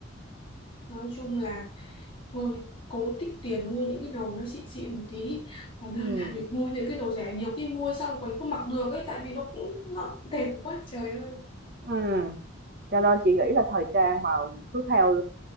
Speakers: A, on the left (about 30°); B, on the right (about 55°).
A: nói chung là thôi cố tích tiền mua những cái đồ nó xịn xịn một tí còn
B: Ừ.
A: hơn là mình mua những cái đồ rẻ nhiều khi mua xong còn không mặc được ấy tại vì nó cũng nó đẹp quá trời ơi
B: Ừ. Cho nên chị nghĩ là thời trang mà cứ theo